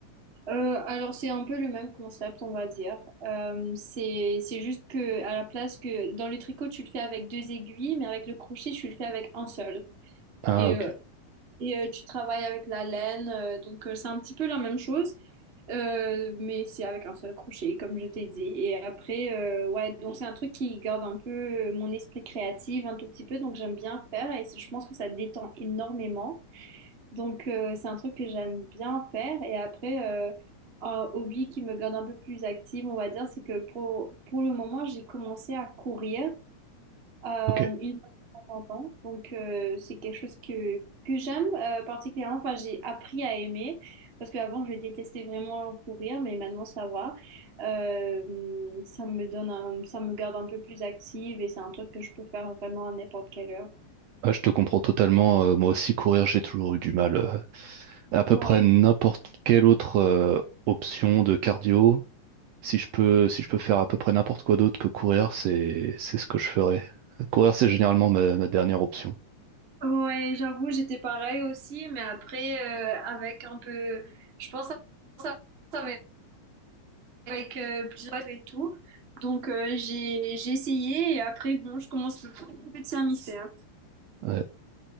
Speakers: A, on the right; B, on the right.
A: Euh, alors c'est un peu le même concept, on va dire. Euh, c'est c'est juste que à la place que dans le tricot tu le fais avec deux aiguilles, mais avec le crochet tu le fais avec un seul.
B: Ah,
A: Et
B: ok,
A: euh, et euh, tu travailles avec la laine, euh, donc euh, c'est un petit peu la même chose, euh, mais c'est avec un seul crochet, comme je t'ai dit. Et après, euh, ouais, donc c'est un truc qui garde un peu euh, mon esprit créatif un tout petit peu, donc j'aime bien faire et c'est- je pense que ça détend énormément. Donc, euh, c'est un truc que j'aime bien faire. Et après, euh, un hobby qui me garde un peu plus active, on va dire, c'est que pour, pour le moment, j'ai commencé à courir euh,
B: ok.
A: une fois de temps en temps. Donc, euh, c'est quelque chose que, que j'aime euh, particulièrement. Enfin, j'ai appris à aimer parce qu'avant, je détestais vraiment courir, mais maintenant, ça va. Euh, ça me donne un- ça me garde un peu plus active et c'est un truc que je peux faire vraiment à n'importe quelle heure.
B: Ah, je te comprends totalement. euh, moi aussi, courir, j'ai toujours eu du mal. euh, à peu
A: Ouais.
B: près n'importe quelle autre euh, option de cardio. Si je peux, si je peux faire à peu près n'importe quoi d'autre que courir, c'est, c'est ce que je ferais. Courir, c'est généralement ma, ma dernière option.
A: Ouais, j'avoue, j'étais pareil aussi, mais après, euh, avec un peu, je pense à ça avec, avec, euh, plusieurs et tout. Donc, euh, j'ai, j'ai essayé et après, bon, je commence le peu de mammifères.
B: Ouais.